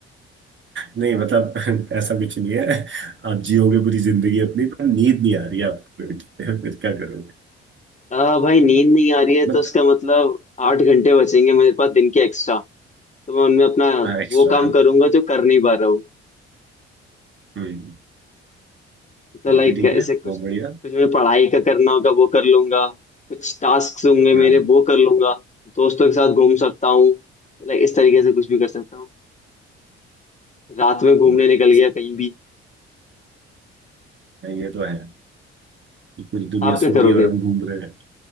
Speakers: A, on the right; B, on the left.
A: नहीं मतलब <laughs> ऐसा कुछ नहीं है आप जियोगे पूरी जिंदगी अपनी पर नींद नहीं आ रही है आपको <laughs> फिर क्या करोगे
B: आ भाई नींद नहीं आ रही है
A: बट
B: तो उसका मतलब आठ घंटे बचेंगे मेरे पास दिन के एक्स्ट्रा तो मैं उनमें अपना
A: हाँ एक्स्ट्रा
B: वो काम
A: हाँ
B: करूंगा जो कर नहीं पा रहा
A: हम्म
B: तो लाइक
A: ये भी ठीक
B: ऐसे
A: है
B: कुछ
A: बहुत
B: कुछ
A: बढ़िया
B: मुझे पढ़ाई का करना होगा वो कर लूंगा कुछ टास्क होंगे
A: हाँ
B: मेरे वो कर लूंगा दोस्तों के साथ घूम सकता हूँ लाइक इस तरीके से कुछ भी कर सकता हूँ रात में घूमने
A: हाँ,
B: निकल गया कहीं भी
A: ये तो है पूरी दुनिया
B: आप क्या
A: सो रही
B: करोगे
A: है और हम घूम रहे हैं